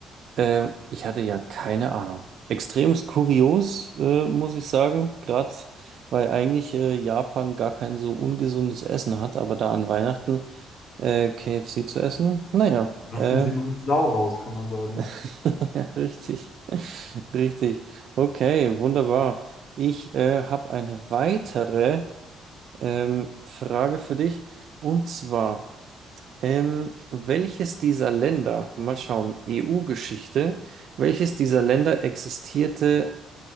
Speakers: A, on the right; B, on the left.
A: Äh, ich hatte ja keine Ahnung. Extremst kurios, äh, muss ich sagen, gerade weil eigentlich äh, Japan gar kein so ungesundes Essen hat, aber da an Weihnachten äh, KFC zu essen, naja,
B: Lassen
A: äh,
B: Sie mal Sau raus, kann man sagen.
A: <laughs> ja, richtig, richtig. Okay, wunderbar. Ich äh, habe eine weitere ähm, Frage für dich und zwar. Ähm, welches dieser Länder, mal schauen, EU-Geschichte, welches dieser Länder existierte,